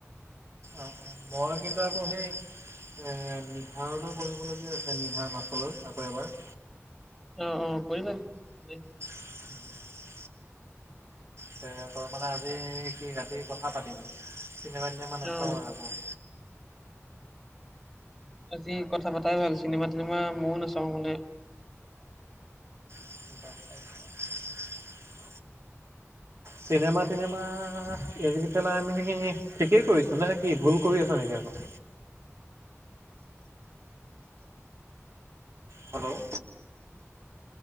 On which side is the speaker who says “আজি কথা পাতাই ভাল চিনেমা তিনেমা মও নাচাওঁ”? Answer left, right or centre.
Centre